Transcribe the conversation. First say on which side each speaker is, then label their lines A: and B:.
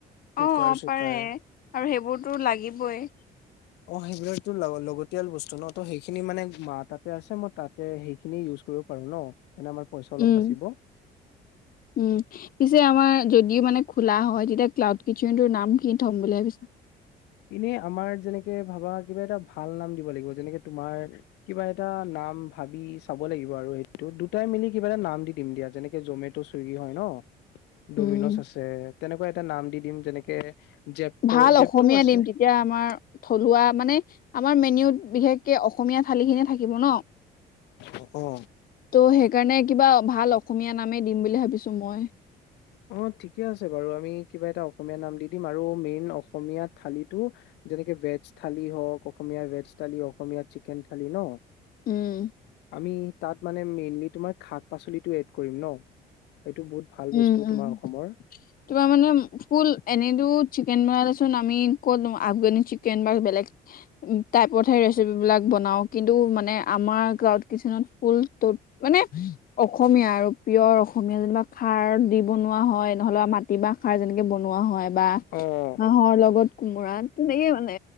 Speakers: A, on the left; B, on the left.
A: কুকাৰ
B: অ
A: চুকাৰ
B: পাৰে আৰু সেইবোৰতো লাগিবই।
A: অ সেইবিলাকটো লাগ লগতিয়াল বস্তু ন ত সেইখিনি মানে মা তাতে আছে মই তাত তে সেইখিনি ইউজ কৰিব পাৰো ন তেনে আমাৰ পইচা অলপ
B: উম
A: বাচিব।
B: উম পিছে আমাৰ যদিও মানে খোলা হয় তেতিয়া ক্লাউড কিচেনটোৰ নাম কি থম বুলি ভাবিছা?
A: এনেই আমাৰ যেনেকে ভাবা কিবা এটা ভাল নাম দিব লাগিব যেনেকে তোমাৰ কিবা এটা নাম ভাবি চাব লাগিব আৰু সেইটো দুটাই মিলি কিবা এটা নাম দি দিম দিয়া যেনেকে জমে টো চুইগি হয় ন ডমিনজ
B: উম
A: আছে তেনেকুৱা এটা নাম দি দিম যেনেকে জেপট'
B: ভাল
A: জেপট'ও
B: অসমীয়া
A: আছে
B: দিম এতিয়া আমাৰ থলুৱা মানে আমাৰ মেনুউত বিশেষকে অসমীয়া থালি খিনিয়ে থাকিব ন
A: অ অ
B: ত' সেইকাৰণে কিবা ভাল অসমীয়া নামেই দিম বুলি ভাবিছোঁ মই
A: অ ঠিকে আছে বাৰু আমি কিবা এটা অসমীয়া নাম দি দিম আৰু মেইন অসমীয়া থালিটো যেনেকে ভেজ থালি হওঁক, অসমীয়া ভেজ থালি, অসমীয়াৰ চিকেন থালি ন
B: উম
A: আমি তাত মানে মেইনলি তোমাৰ শাক-পাচলিটো এড কৰিম ন এইটো বহুত ভাল
B: উম
A: বস্তু
B: উম
A: তোমাৰ অসমৰ।
B: তোমাৰ মানে ফুল এনেইটো চিকেন বনালেচোন আমি ক'ত আফগানি চিকেন বাৰু বেলেগ টাইপতহে ৰেচিপি বিলাক বনাও, কিন্তু মানে আমাৰ ক্লাউড কিচেনত ফুল মানে অসমীয়া আৰু পিয়ৰ অসমীয়া যেনিবা খাৰত দি বনোৱা হয়, নহ'লে মাটি মাহ খাৰ যেনেকে বনোৱা হয়। বা
A: অ
B: হাঁহৰ লগত কোমোৰা। তেনেকে মানে